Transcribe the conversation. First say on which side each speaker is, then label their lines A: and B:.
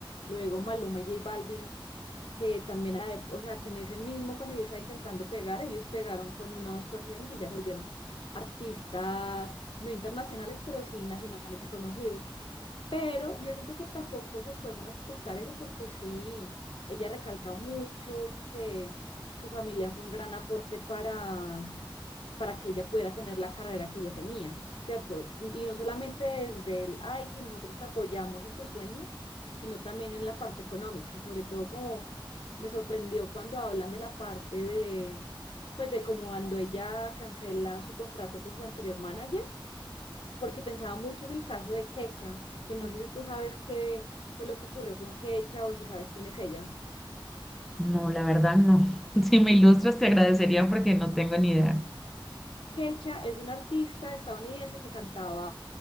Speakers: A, on the left (about 75°); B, in the centre.
A: luego Maluma y J Balvin que también, ade- o sea, que en ese mismo, cuando yo estaba intentando pegar, ellos pegaron con una o dos canciones y ya se volvieron artistas, no internacionales, pero sí nacionalmente conocidos. Pero yo siento que tampoco se esfuerzan a ocultar eso porque sí, ella recalca mucho que su familia fue un gran aporte para, para que ella pudiera tener la carrera que ella tenía, ¿cierto? Y no solamente desde el, ay, si nosotros te apoyamos en tus sueños, sino también en la parte económica, sobre todo como me sorprendió cuando hablan de la parte de, pues de como cuando ella cancela su contrato con su anterior manager porque pensaba mucho en el caso de Quecha, que no sé si tú sabes qué fue lo que ocurrió con Quecha o si sabes quién es ella.
B: No, la verdad no. <laughs> Si me ilustras, te agradecería porque no tengo ni idea.
A: Kecha es una artista estadounidense que cantaba